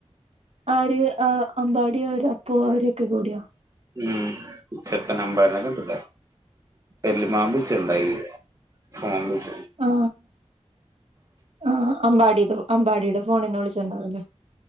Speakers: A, on the right; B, on the right.
A: ആര് അമ്പാടിയ അവര് അപ്പൂ അവരൊക്കെ കൂടിയോ.
B: ഉം ചെപ്പ നമ്പാരനെ കിട്ടില്ല എല്ലമാമ്പച്ചുണ്ടായി. മാമ്പുജ
A: ആ, ആ അമ്പാടി അമ്പാടിടെ ഫോണിന്ന് വിളിച്ചിണ്ടാവല്ലേ.